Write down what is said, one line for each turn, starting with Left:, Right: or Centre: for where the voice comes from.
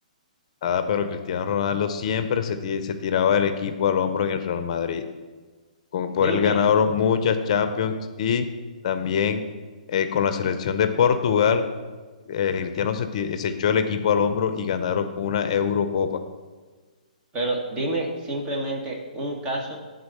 Left: Ah, pero Cristiano Ronaldo siempre se, ti- se tiraba el equipo al hombro en el Real Madrid. Con, por
Right: Dime,
Left: él ganaron muchas Champions y también eh, con la selección de Portugal, eh, Cristiano se, ti- se echó el equipo al hombro y ganaron una Eurocopa.
Right: Pero dime simplemente un caso